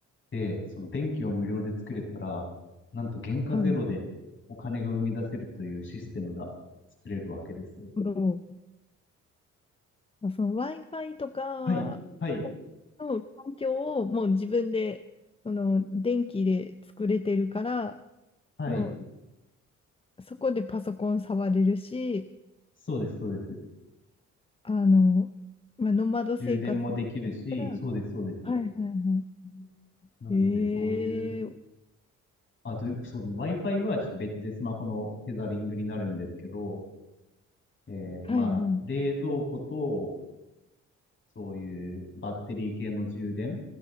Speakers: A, on the left; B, on the left.
A: で、その電気を無料で作れたら、なんと原価ゼロでお金が生み出せるというシステムが作れるわけですよ。
B: はい。なるほどあその Wi-Fi とかをの環境をもう自分で、
A: はい、はい、
B: その電気で作れてるから、
A: はい。
B: もうそこでパソコン触れるし、
A: そうです、そうです。
B: あの、まあ、ノマド生活やったら、
A: 充電もできるし、そうです、そうです。
B: はいはいは
A: うんなので、
B: い。
A: そういう、
B: ええ
A: あ、どういう、そうね、Wi-Fi はちょっと別でスマホのテザリングになるんですけど、えっと、
B: はいはい、
A: まあ、冷蔵庫とそういうバッテリー系の充電